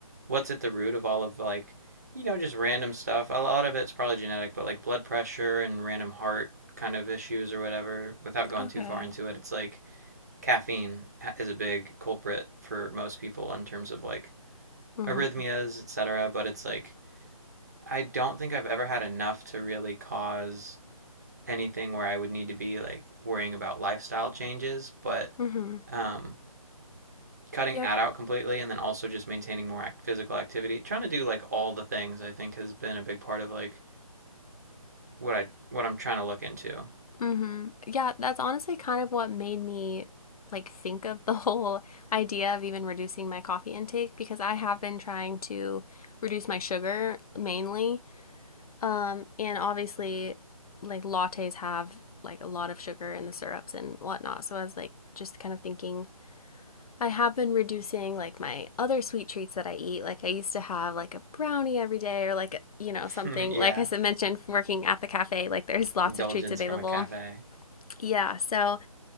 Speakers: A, on the right; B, on the left.
A: what's at the root of all of like, you know, just random stuff. A lot of it's probably genetic, but like blood pressure and random heart kind of issues or whatever, without going
B: Okay.
A: too far into it, it's like caffeine is a big culprit for most people in terms of like
B: Mhm.
A: arrhythmias, etc. But it's like I don't think I've ever had enough to really cause anything where I would need to be like worrying about lifestyle changes. But
B: Mhm.
A: um, cutting
B: Yeah,
A: that out completely, and then also just maintaining more act- physical activity, trying to do like all the things, I think has been a big part of like what I what I'm trying to look into.
B: Mm-hmm. Yeah, that's honestly kind of what made me like think of the <laughs> whole idea of even reducing my coffee intake because I have been trying to reduce my sugar mainly. Um, and obviously, like lattes have like a lot of sugar in the syrups and whatnot. So I was like just kind of thinking I have been reducing like my other sweet treats that I eat. Like I used to have like a brownie every day or like you
A: <laughs>
B: know something
A: yeah,
B: like I mentioned working at the cafe like there's lots
A: indulgence
B: of treats available.
A: from a cafe.
B: Yeah, so